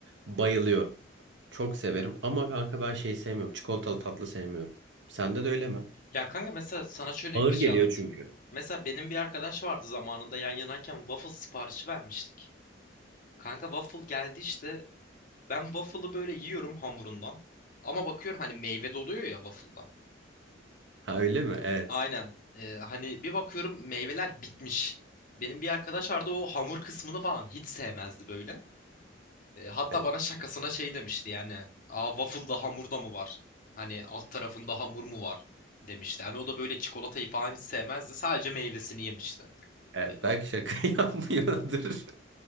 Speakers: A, on the right; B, on the left.
A: Bayılıyorum. Çok severim. Ama kanka ben şey sevmiyorum. Çikolatalı tatlı sevmiyorum. Sende de öyle mi?
B: Ya kanka mesela sana şöyle
A: Ağır
B: bir şey
A: geliyor
B: anlatayım.
A: çünkü.
B: Mesela benim bir arkadaş vardı zamanında yan yanayken waffle siparişi vermiştik. Kanka waffle geldi işte. Ben waffle'ı böyle yiyorum hamurundan. Ama bakıyorum hani meyve doluyor ya waffle'da.
A: Ha öyle mi? Evet.
B: Aynen. Ee, hani bir bakıyorum meyveler bitmiş. Benim bir arkadaş vardı o hamur kısmını falan hiç sevmezdi böyle. E, hatta
A: Evet.
B: bana şakasına şey demişti yani. Aa waffle'da hamur da mı var? Hani alt tarafında hamur mu var? Demişti. Yani o da böyle çikolatayı falan hiç sevmezdi. Sadece meyvesini yemişti.
A: Evet.
B: E,
A: Belki şaka <laughs> yapmıyordur.